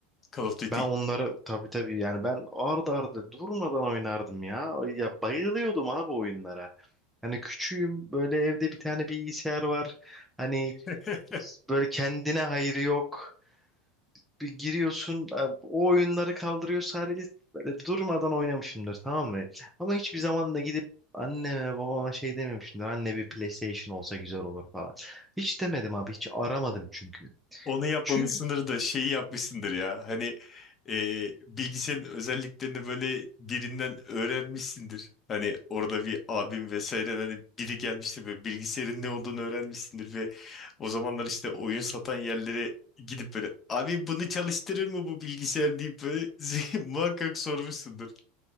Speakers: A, on the left; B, in the centre.
A: Call of Duty.
B: Ben onları tabii tabii yani ben ardı ardı durmadan oynardım ya. Ya bayılıyordum abi oyunlara. Hani küçüğüm böyle evde bir tane bilgisayar var. Hani
A: <laughs>
B: böyle kendine hayrı yok bir giriyorsun e, o oyunları kaldırıyor sadece böyle durmadan oynamışımdır tamam mı? Ama hiçbir zaman da gidip anneme babama şey dememişimdir. Anne bir PlayStation olsa güzel olur falan. Hiç demedim abi hiç aramadım çünkü.
A: Onu yapmamışsındır
B: Çünkü
A: da şeyi yapmışsındır ya. Hani e, bilgisayarın özelliklerini böyle birinden öğrenmişsindir. Hani orada bir abim vesaire hani biri gelmiştir böyle bilgisayarın ne olduğunu öğrenmişsindir ve o zamanlar işte oyun satan yerlere gidip böyle abi bunu çalıştırır mı bu bilgisayar deyip böyle <laughs> muhakkak sormuşsundur.